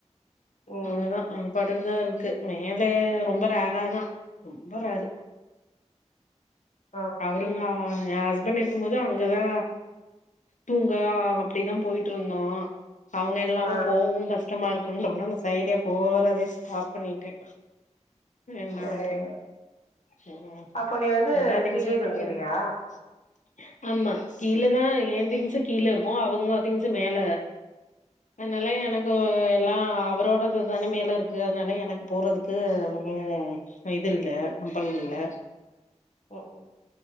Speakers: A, on the left (about 65°); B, on the left (about 90°).
A: ம்
B: அவ்ள தா பாட்டுக்குதா இருக்கு மேலே ரொம்ப ரேறாதா ரொம்ப ரேரு
A: ஓகே
B: அவருங்க
A: ஓகே
B: எ ஹஸ்பண்ட் இருக்கும் போது அங்கதா தூங்க அப்டிதா போயிட்ருந்தோ அவுங்க இல்லாம
A: ஆ
B: போகவு கஷ்டமா இருக்குன்டோனோ அந்த சைடே போறதே ஸ்டாப் பண்ணிட்டே வேண்டா
A: சேர்
B: அப்டின்னு ம்
A: அப்ப நீ வந்து
B: எல்லா திங்ஸு
A: கீழயே
B: கீழ
A: தூங்கிற்றியா
B: <inaudible> ஆமா கீழதா ஏ திங்சு கீழ இருக்கு அவங்க திங்சு மேல அதுனால எனக்கு எல்லா அவரோடதுது தான மேல இருக்கு அதனால எனக்கு போறது க்கு ஒன்னு இது இல்ல கம்பல் இல்ல
A: ஓ